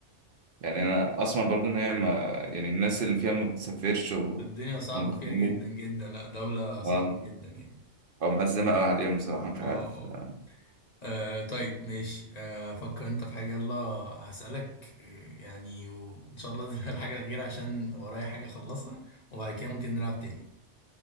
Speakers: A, on the right; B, on the left.
A: يعني انا اسمع برضو ان هي ما يعني الناس اللي فيها ما بتسافرش وهم
B: الدنيا صعبة
A: بيخمموا
B: فيها جدا جدا لا دولة صعبة
A: آه،
B: جدا يعني
A: او معزمه قوي عليهم بصراحه مش
B: اه
A: عارف
B: اه
A: آه،
B: آه، طيب ماشي آه فكر انت في حاجة يلا هسألك آه، يعني وإن شاء الله <laughs> تبقى الحاجة الأخيرة عشان ورايا حاجة أخلصها وبعد كده ممكن نلعب تاني